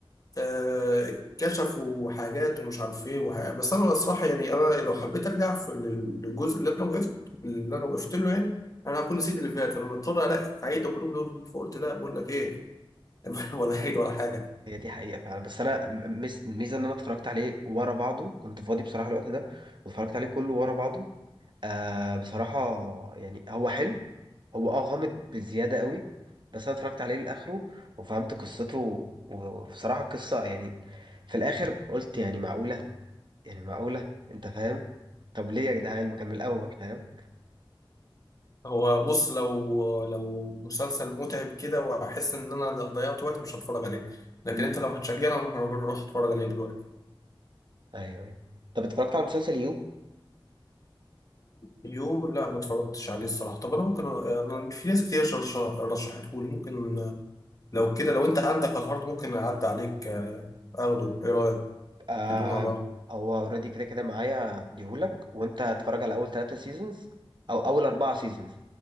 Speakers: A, on the left; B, on the right.
A: آه، كشفوا حاجات ومش عارف ايه وح- بس انا الصراحه يعني انا لو حبيت ارجع في لل- للجزء اللي انا وقفت اللي انا وقفت له يعني انا هكون نسيت اللي فات فلما اضطر الاقي اعيد كل من اول فقلت لا بقول لك ايه <laughs> ولا عيد ولا حاجه
B: هي دي حقيقة فعلا بس أنا م- مس- الميزة إن أنا اتفرجت عليه ورا بعضه كنت فاضي بصراحة الوقت ده واتفرجت عليه كله ورا بعضه آه بصراحة يعني هو حلو هو اه غامض بزيادة قوي بس أنا اتفرجت عليه لآخره وفهمت قصته و- وبصراحة القصة يعني في الآخر قلت يعني معقولة يعني معقولة أنت فاهم طب ليه يا جدعان ما كان من الأول فاهم
A: هو بص لو لو مسلسل متعب كده واحس ان انا ضيعت وقت مش هتفرج عليه لكن
B: مم.
A: انت لو هتشجعني انا ممكن اروح اتفرج عليه دلوقتي
B: أيوه أيوه طب اتفرجت على مسلسل يو
A: يو لا ما اتفرجتش عليه الصراحه طب انا ممكن انا في ناس كتير رشحته لي ممكن لو كده لو انت عندك على الهارد ممكن اعدي عليك آه، اخده ايه رايك
B: آه
A: تدونا برضه
B: هو اوريدي كده كده معايا هديهولك وانت هتتفرج على اول ثلاثة سيزونز او اول اربعة سيزونز